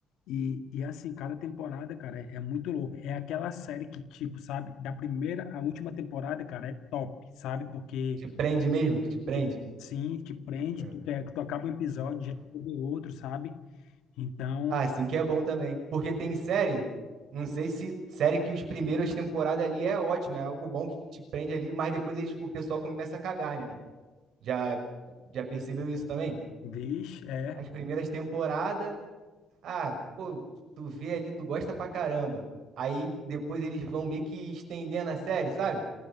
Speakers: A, on the left; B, on the right.
A: e, e assim, cada temporada, cara, é, é muito louco. É aquela série que, tipo, sabe, da primeira à última temporada, cara, é top, sabe? Porque,
B: Que te prende mesmo, que te prende.
A: tipo, sim, te prende,
B: É.
A: tu, quer- tu acaba um episódio, já quer ver outro, sabe? Então,
B: Ah, assim que é bom também. Porque tem série, não sei se série que os primeiras temporadas ali é ótima, é algo bom que te prende ali, mas depois eles- o pessoal começa a cagar, né? Já, já percebeu isso também?
A: vixe, é,
B: As primeiras temporadas, ah, pô, tu vê ali, tu gosta pra caramba. Aí depois eles vão meio que estendendo a série, sabe?